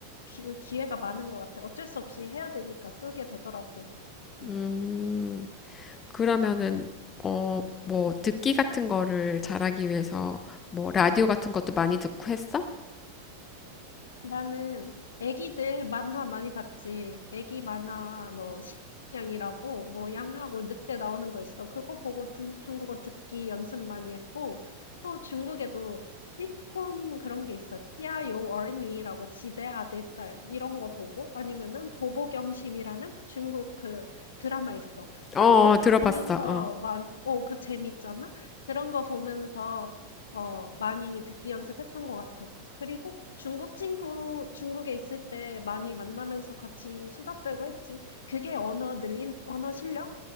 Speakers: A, on the left; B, on the left.
A: 기, 그 기회가 많은 것 같아. 어쩔 수 없이 해야 되니까 쓰게 되더라고. 응.
B: 음, 그러면은, 어, 뭐 듣기 같은 거를 잘하기 위해서 뭐 라디오 같은 것도 많이 듣고 했어?
A: 나는 애기들 만화 많이 봤지. 애기 만화 뭐 신양이라고 뭐 양하고 늑대 나오는 거 있어. 그거 보고 등- 중국어 듣기 연습 많이 했고 또 중국에도 시트콤 그런 게 있어. 찌아요 어린이라고 집에 아들 딸 이런 거 보고 아니면은 보보경심이라는 중국 그 드라마 있어. 그런
B: 어,
A: 거
B: 어, 들어봤어.
A: 보면서
B: 어,
A: 만어그 재밌잖아. 그런 거 보면서 어 많이 듣기 연습했던 것 같아. 그리고 중국 친구, 중국에 있을 때 많이 만나면서 같이 수다 떨고 했지. 그게 언어 늘린, 언어 실력?